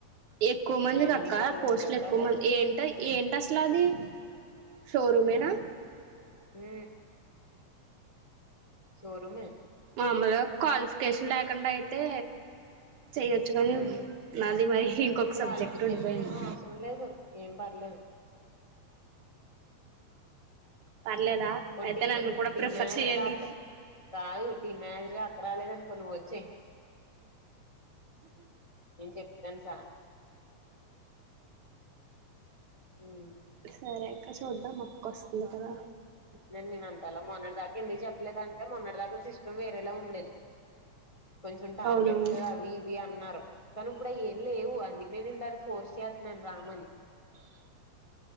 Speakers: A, on the right; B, on the left.
A: ఎక్కువ మంది
B: అయన్నీ
A: కక్క
B: బోల్డ్
A: పోస్ట్లు
B: అని పెట్టాలి
A: ఎక్కువ మంది ఏంట ఏంటి అసలు అది షోరూమేనా
B: ఆ షోరూమే
A: మామలుగా క్వాలిఫికేషన్ లేకుండా అయితే చెయొచ్చు కానీ
B: ఉమ్
A: నాది మరి ఇంకొక
B: క్వాలిఫికేషన్
A: సబ్జెక్ట్ ఉండిపోయింది
B: ఏం అవసరం ఏం లేదు
A: పర్లేదా
B: కొన్ని
A: అయితే
B: టీ మే
A: నన్ను కూడా
B: టీమ్
A: ప్రిఫర్
B: మేనేజర్
A: చేయండి
B: గా అక్క కాదు టీమ్ మేనేజర్ గా అక్క రాలేదనుకో నువ్ వ చేే నేను చెప్తాను సార్ కి ఉహ్
A: సరే అక్క చూద్దాం మక్కు వస్తుంది కదా
B: నన్ నేను అంతలో మొన్నడి దాకా ఎందుకు చెప్పలేదుంటే మొన్నడి దాకా సిస్టమ్ వేరేలా ఉండేది. కొంచెం టార్గెట్స్
A: అవునవును
B: అవి ఇవి అన్నారు. కనుపుడ ఏ లేవు అందుకునే నేను దానికి ఫోర్స్ చేస్తున్నాను రామని